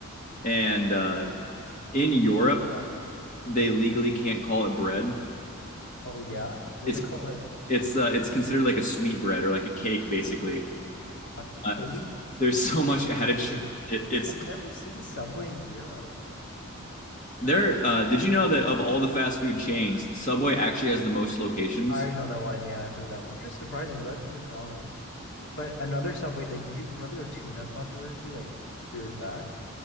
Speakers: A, on the left (about 35°); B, on the left (about 55°).
A: and uh, in Europe,
B: I'm surprised.
A: they legally can't call it bread.
B: Oh yeah? What
A: It's
B: do they call it?
A: it's uh, it's considered like a sweet bread or like a cake, basically.
B: A cake?
A: Uh, there's so much added sugar,
B: Wait,
A: it, it's
B: I've never seen Subway in Europe.
A: There, uh, did you know that of all the fast food chains, Subway actually has the most locations?
B: I already know that one. Yeah, I've heard that one. Which is surprising. That'd be McDonald's. But another Subway, like, did you remember their tuna controversy like a few years back?